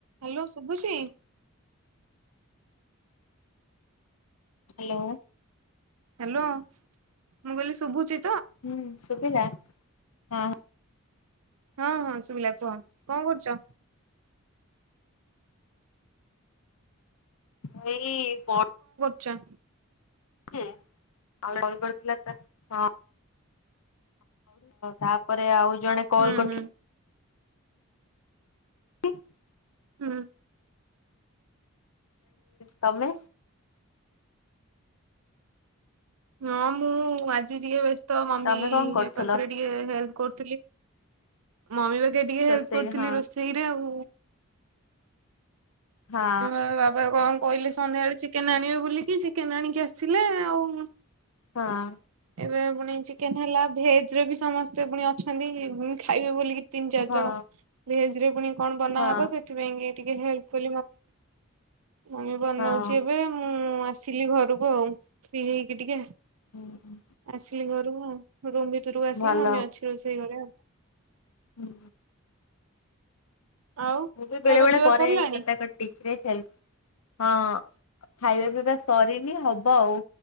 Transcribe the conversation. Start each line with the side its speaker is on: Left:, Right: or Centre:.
Right: ହାଲୋ ଶୁବୁଚି?
Left: ହାଲୋ!
Right: ହ୍ଯାଲୋ, ମୁଁ କହିଲିି ଶୁଭୁଚି
Left: ହୁଁ। ଶୁଭିଲା। ହଁ
Right: ହଁ ହଁ! ଶୁଭିଲା କୁହ। କ'ଣ କରୁଚ?
Left: ମୁଁ ଏଇ ପ
Right: ଛ
Left: ଥିଲା ହଁ। ତାପରେ ଆଉ ଜଣେ କଲ
Right: ହୁଁ
Left: କରିଥିଲେ!
Right: ହୁଁ
Left: <unintelligible>
Right: ହଁ।
Left: ତମେ
Right: ହଁ ମୁଁ ଆଜି ଟିକେ ବ୍ୟସ୍ତ ମମି
Left: ତମେ କଣ କରୁଥିଲ
Right: ପାଖରେ ଟିକେ ହେଲ୍ପ କରଥିଲ ମମି ପାଖେ ଟିକେ
Left: ରୋଷେଇ
Right: ହେଲ୍ପ କରିଥିଲି,
Left: ହଁ
Right: ରୋଷେଇରେ ଆଉ।
Left: ହଁ
Right: ହ ବାବା କଣ କହିଲେ ସନ୍ଧ୍ୟାବେଳେ ଚିକେନ ଆଣିବେ ବୋଲିକି, ଚିକେନ ଆଣିକି ଆସିଲେ ଆଉ।
Left: ହଁ।
Right: ଏ ପୁଣି ଚିକେନ ହେଲା ଭେଜ ରେ ବି ସମସ୍ତେ ପୁଣି ଅଛନ୍ତି ଖାଇବେ ବୋଲିକି ତିନି ଚାରି
Left: ହଁ
Right: ଜଣ ଭେଜ ରେ ପୁଣି କଣ ବନାହବ
Left: ହଁ
Right: ସେଥିପାଇଁ ଟିକେଲ୍ପ ମୁମ ବନଉଛି
Left: ହଁ
Right: ଏବେ ମୁଁ ଆସିଲି ଘରକୁ ଆ ଆଉ ଫ୍ରି ହେଇକି ଟିକେ
Left: ହୁଁ
Right: ଆସିଲି ଘରୁ ଆଉ। ରୁମ୍ ଭିତରକୁ ଆସିଲି
Left: ଭଲ
Right: ମମି ଅଛି ରୋଷେଇ ଘରେ ଆଉ।
Left: ହୁଁ।
Right: ଆଉ
Left: ମୁଁ ବି
Right: ଖାଇବା
Left: ବେଳେ ବେଳେ
Right: ପିଇବା
Left: କରେ
Right: ସରିଲାଣି
Left: କଟାକଟଚରେ ହେଲ୍ପ ହଁ। ଖାଇବା ପିଇବା ସରିନି ହବ ଆଉ।